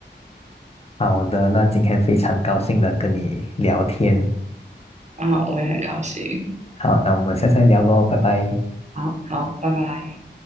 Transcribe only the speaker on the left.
好的，那今天非常高兴的跟你聊天。
好，那我们下次再聊喽，拜拜。